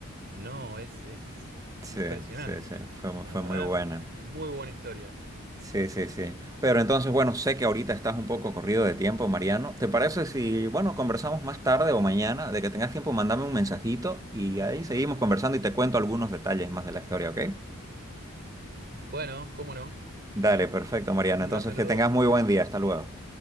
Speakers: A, on the right; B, on the right.
A: no, es, es
B: sí,
A: impresionante.
B: sí, sí, fue, mu-
A: La
B: fue
A: verdad,
B: muy buena.
A: muy buena historia.
B: Sí, sí, sí. Pero entonces, bueno, sé que ahorita estás un poco corrido de tiempo, Mariano. ¿Te parece si, bueno, conversamos más tarde o mañana, de que tengas tiempo, mandame un mensajito y ahí seguimos conversando y te cuento algunos detalles más de la historia, ¿ok?
A: Bueno, cómo no,
B: Dale, perfecto, Mariana.
A: un
B: Entonces,
A: gran saludo.
B: que tengas muy buen día. Hasta luego.